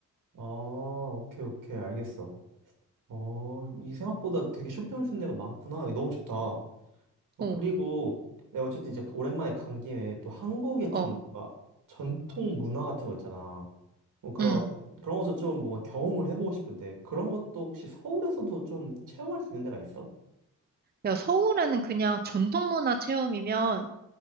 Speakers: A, on the right (about 70°); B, on the right (about 30°).
A: 아, 오케이, 오케이, 알겠어. 어, 이 생각보다 되게 쇼핑할 수 있는 데가 많구나. 이거 너무 좋다. 어, 그
B: 어,
A: 그리고 내가 어쨌든 이제 오랜만에 간 김에 또 한국의
B: 어,
A: 좀 뭔가 전통 문화 같은 거 있잖아. 뭐 그런,
B: 음.
A: 그런 것도 좀 뭔가 경험을 해보고 싶은데 그런 것도 혹시 서울에서도 좀 체험할 수 있는 데가 있어?
B: 야, 서울에는 그냥 전통 문화 체험이면